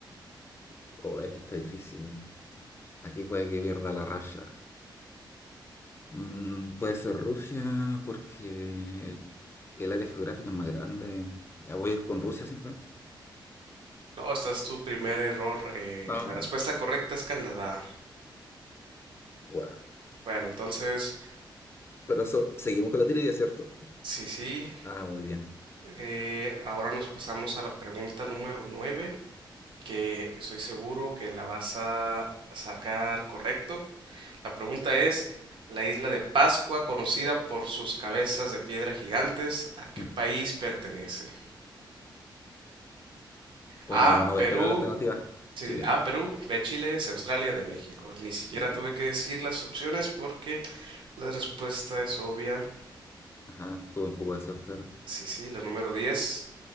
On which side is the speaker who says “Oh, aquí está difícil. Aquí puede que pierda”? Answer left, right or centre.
Left